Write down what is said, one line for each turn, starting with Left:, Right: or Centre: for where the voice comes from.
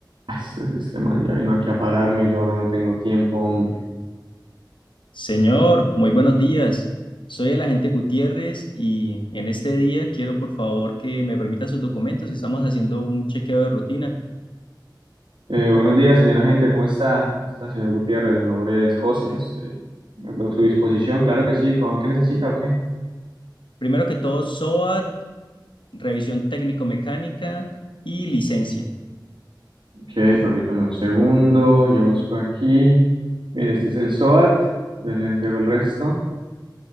Right: Este, este man ya vino aquí a pararme y yo ahora no tengo tiempo, hombre.
Left: Señor, muy buenos días. Soy el agente Gutiérrez y en este día quiero por favor que me permita sus documentos. Estamos haciendo un chequeo de rutina.
Right: Eh, buenos días, señora gente, ¿cómo está? ¿Cómo está, señor Gutiérrez? Mi nombre es José, estoy a su disposición, claro que sí. ¿Cómo- ¿Qué necesita o qué?
Left: Primero que todo, SOAT, revisión técnico-mecánica y licencia.
Right: Ok, permítame un segundo, yo busco aquí. Mire, este es el SOAT, ya le entrego el resto.